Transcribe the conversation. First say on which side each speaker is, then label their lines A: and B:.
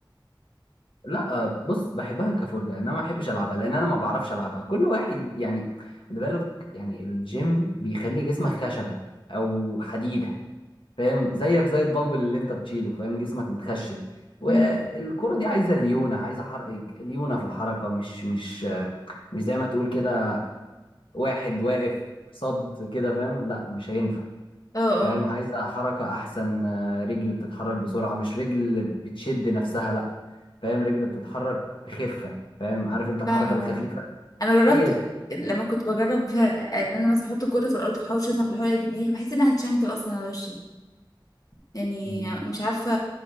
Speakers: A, on the left; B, on the left.
A: لا آه، بص بحبها كفرجه انما ما بحبش العبها لان انا ما بعرفش العبها كل واحد يعني خد بالك يعني الجيم بيخلي جسمك خشبه او حديده فاهم زيك زي الدمبل اللي انت بتشيله فاهم جسمك متخشب والكرة
B: مم.
A: دي عايزة ليونة عايزة حرق ليونة في الحركة مش مش مش زي ما تقول كده واحد واقف صد كده فاهم لا مش هينفع
B: اه اه
A: فاهم عايزة حركة أحسن آه، رجل بتتحرك بسرعة مش رجل بتشد نفسها لا فاهم رجل بتتحرك بخفة فاهم عارف انت الحركة
B: فاهمه
A: الخفيفة
B: فاهمه انا جربت
A: هي دي
B: لما كنت بجرب ان انا مثلا احط الكوره في الارض واحاول اشوطها بحاول اجي بيها بحس انها هتشنكل اصلا على وشي يعني
A: مم.
B: مش عارفه